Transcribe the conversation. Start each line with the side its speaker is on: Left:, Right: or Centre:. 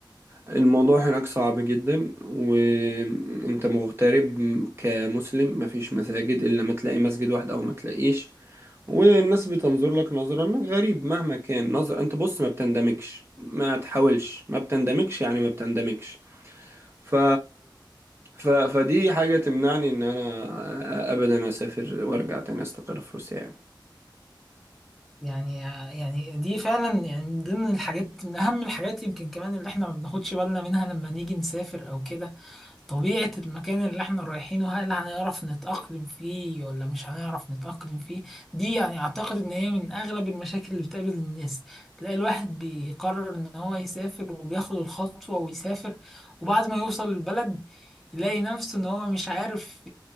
Right: الموضوع هناك صعب جدا وانت مغترب كمسلم مفيش مساجد الا ما تلاقي مسجد واحد او ما تلاقيش والناس بتنظر لك نظرة انك غريب مهما كان نظر انت بص ما بتندمجش ما تحاولش ما بتندمجش يعني ما بتندمجش ف... ف... فدي حاجة تمنعني ان انا ابدا اسافر وارجع تاني استقر في روسيا يعني
Centre: يعني آه، يعني دي فعلا يعني من ضمن الحاجات من اهم الحاجات يمكن كمان اللي احنا ما بناخدش بالنا منها لما نيجي نسافر او كده طبيعة المكان اللي احنا رايحينه هل هنعرف نتأقلم فيه ولا مش هنعرف نتأقلم فيه دي يعني اعتقد ان هي من اغلب المشاكل اللي بتقابل الناس تلاقي الواحد بيقرر ان هو يسافر وبياخد الخطوة ويسافر وبعد ما يوصل البلد يلاقي نفسه ان هو مش عارف